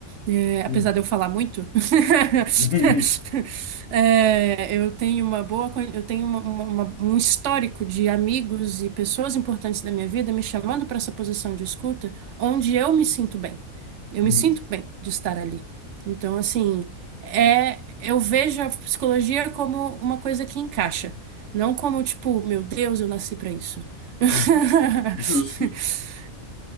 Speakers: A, on the right; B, on the left.
A: É, apesar
B: uhum,
A: de eu falar muito, <laughs>
B: uhum,
A: é, eu tenho uma boa, co- eu tenho uma- uma- uma- um histórico de amigos e pessoas importantes da minha vida me chamando para essa posição de escuta, onde eu me sinto bem. Eu
B: uhum,
A: me sinto bem de estar ali. Então, assim, é, eu vejo a psicologia como uma coisa que encaixa, não como tipo, meu Deus, eu nasci para isso. <laughs>
B: uhum. Justo.